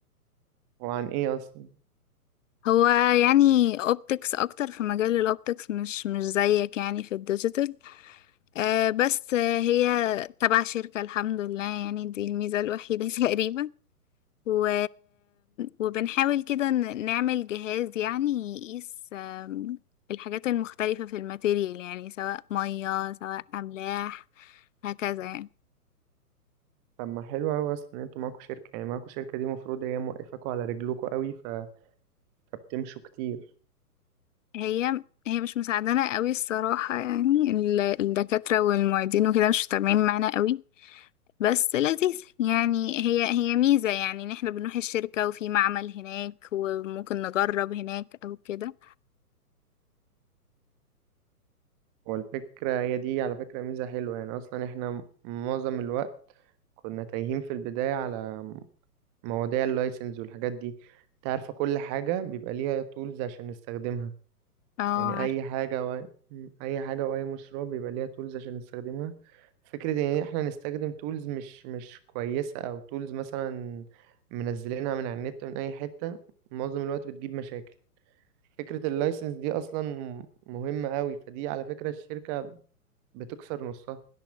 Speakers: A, on the right (about 25°); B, on the left (about 55°).
A: هو عن ايه اصلا
B: هو يعني اوبتكس اكتر في مجال الاوبتكس مش مش زيك يعني في الديجيتال آه بس آه، هي تبع شركة الحمد لله يعني دي الميزة الوحيدة <laughs> تقريبا و... وبنحاول كده ن- نعمل جهاز يعني يقيس آم، الحاجات المختلفة في الماتيريال يعني سواء مية سواء أملاح هكذا يعني
A: طب ما حلو اوي اصلا ان انتوا معاكوا شركة يعني معاكوا شركة دي المفروض هي موقفاكوا على رجلكوا اوي ف... فبتمشوا كتير
B: هي هي مش مساعدانا قوي الصراحة يعني ال- الدكاترة والمعيدين وكده مش متابعين معانا قوي بس لذيذ يعني هي هي ميزة يعني ان احنا بنروح الشركة وفي معمل هناك وممكن نجرب هناك او كده
A: والفكرة هي دي على فكرة ميزة حلوة يعني اصلا احنا م- معظم الوقت كنا تايهين في البداية على م- مواضيع اللايسنس والحاجات دي انت عارفة كل حاجة بيبقى ليها تولز عشان نستخدمها
B: اه
A: يعني
B: عارف
A: اي حاجه و... م، اي حاجه واي مشروع بيبقى ليها تولز عشان نستخدمها فكره ان احنا نستخدم تولز مش مش كويسه او تولز مثلا منزلينها من على النت من اي حته معظم الوقت بتجيب مشاكل فكره اللايسنس دي اصلا م- مهمه قوي فدي على فكره الشركه بتكسر نصها